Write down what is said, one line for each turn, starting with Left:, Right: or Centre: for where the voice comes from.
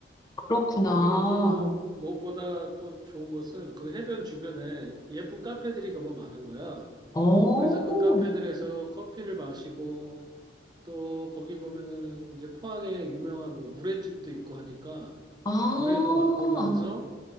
Left: 그렇구나.
Right: 그리고 또 무엇보다 또 좋은 것은 그 해변 주변에 예쁜 카페들이 너무 많은 거야.
Left: 어,
Right: 그래서 그 카페들에서 커피를 마시고 또 거기 보면은 이제 포항에 유명한 뭐 물회집도 있고 하니까
Left: 아,
Right: 물회도 맛보면서